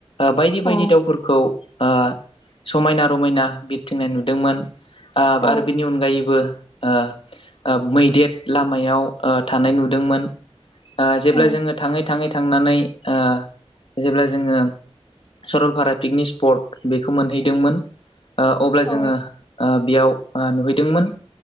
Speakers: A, on the left; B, on the left.
A: बायदि
B: औ
A: बायदि दाउफोरखौ ओ समायना रमायना बिरथिंनाय नुदोंमोन
B: औ
A: आरो ओ बिनि अनगायैबो ओ ओ मैदेर लामायाव ओ थानाय नुदोंमोन। ओ जेब्ला
B: औ
A: जोङो थाङै थाङै थांनानै ओ जेब्ला जोङो सरलपारा पिकनिक। स्पर्ट बेखौ मोनहैदोंमोन ओ अब्ला
B: औ
A: जोङो ओ बेयाव। ओ नुहैदोंमोन